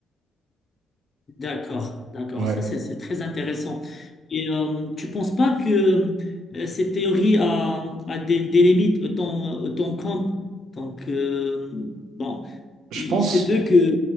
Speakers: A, on the left; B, on the right.
A: D'accord, d'accord.
B: Ouais.
A: Ça, c'est c'est très intéressant. Et euh, tu penses pas que euh, cette théorie a, a des, des limites autant, autant qu'en- Donc, euh, bon,
B: Je
A: il,
B: pense,
A: il se peut que...